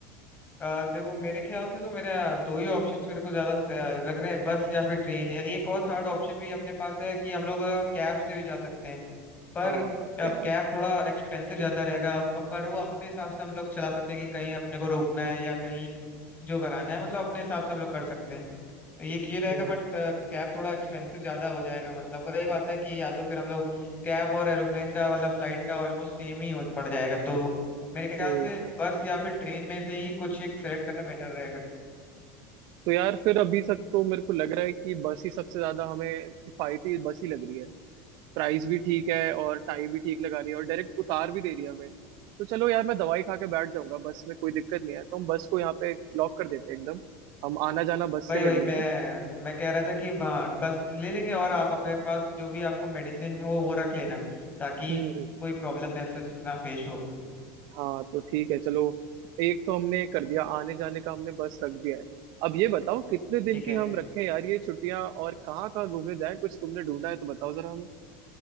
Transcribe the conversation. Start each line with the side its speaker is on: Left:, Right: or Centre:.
Left: अ, देखो मेरे ख्याल से तो मेरे अ, दो ही ऑप्शंस मेरे को ज्यादा स- अ, लग रहे हैं बस या फिर ट्रेन या एक और थर्ड ऑप्शन भी अपने पास है कि हम लोग अ, कैब से भी जा सकते हैं पर
Right: हाँ
Left: अब
Right: कैब
Left: कैब थोड़ा एक्सपेंसिव ज्यादा रहेगा अप- पर वो अपने हिसाब से हम लोग चला सकते हैं कि कहीं अपने को रोकना है या कहीं जो कराना है मतलब अपने हिसाब से हम लोग कर सकते हैं ये ये रहेगा
Right: हम्म,
Left: बट कैब थोड़ा एक्सपेंसिव ज्यादा हो जाएगा मतलब वही बात है कि या तो फिर हम लोग कैब और एरोप्लेन का मतलब फ्लाइट का ऑलमोस्ट सेम ही हो- पड़ जाएगा तो मेरे ख्याल
Right: ओके
Left: से बस या फिर ट्रेन में से ही कुछ एक सेलेक्ट करना बेटर रहेगा
Right: तो यार फिर अभी तक तो मेरे को लग रहा है कि बस ही सबसे ज्यादा हमें किफायती बस ही लग रही है प्राइस भी ठीक है और टाइम भी ठीक लगा रही है और डायरेक्ट उतार भी दे रही है हमें तो चलो यार मैं दवाई खा के बैठ जाऊंगा बस में कोई दिक्कत नहीं है तो हम बस को यहाँ पे लॉक कर देते हैं एकदम हम आना जाना बस
Left: भाई
Right: से कर
Left: भाई
Right: लेंगे
Left: मैं मैं कह रहा था कि हाँ, बस ले लेंगे और आप अपने पास जो भी आपको मेडिसिन हो वो रख लेना ताकि
Right: हम्म हम्म,
Left: कोई प्रॉब्लम ऐसा ना फेस हो
Right: हाँ तो ठीक है चलो एक तो हमने कर दिया आने जाने का हमने बस रख दिया है अब ये बताओ कितने दिन
Left: ठीक
Right: की
Left: है
Right: हम रखें यार ये छुट्टियां और कहाँ कहाँ घूमने जाए कुछ तुमने ढूंढा है तो बताओ जरा हमें